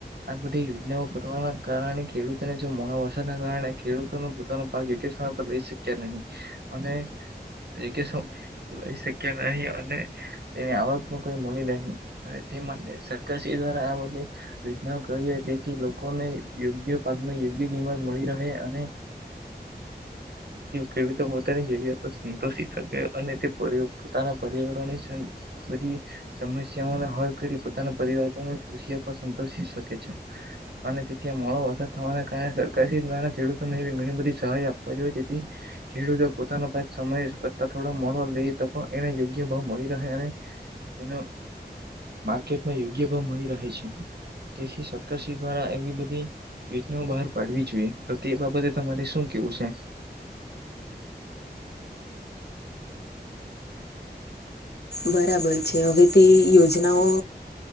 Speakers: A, on the right (about 70°); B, on the left (about 70°).
A: આ બધી યોજનાઓ કરવાના કારણે ખેડૂતોને જો મોડા વરસાદના કારણે ખેડૂતોનું પોતાનો ભાગ્ય કે પર લઈ શક્યા નહી અને એ કે શું લઈ શક્યા નહી અને તેની આવકનું કોઈ મૂડી નહી અને તે માટે સરકાર શ્રી દ્વારા આ બધી યોજનાઓ કરી હોય તેથી લોકોને યોગ્ય પાકને યોગ્ય કિંમત મળી રહે અને ખેડૂતો પોતાની જગ્યાતો સંતોષી શકે અને તે પર પોતાના પર્યાવરણની બધી સમસ્યાઓને હલ કરી પોતાના પરિવર્તનો પર સંતોષી શકે છે. અને તેથી મોડો વરસાદ થવાના કારણે સરકાર શી દ્વારા ખેડૂતોને ઘણી બધી સહાય આપવા જોઈએ તેથી ખેડૂતો પોતાનો પાક સમય કરતા થોડા મળવા લઈ તો એને યોગ્ય ભાવ મળી રહે અને એનો માર્કેટમાં યોગ્ય ભાવ મળી રહે છે. તેથી સરકારશ્રી દ્વારા એવી બધી. યોજનાઓ બહાર પાડવી જોઈએ તો તે બાબતે તમારે શું કેવું છે?
B: બરાબર છે. હવે તે યોજનાઓ